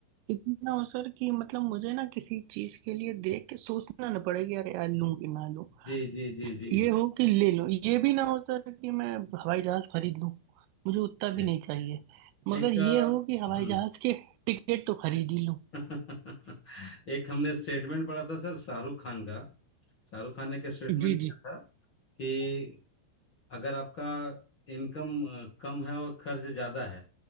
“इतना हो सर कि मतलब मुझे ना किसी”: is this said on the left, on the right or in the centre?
Right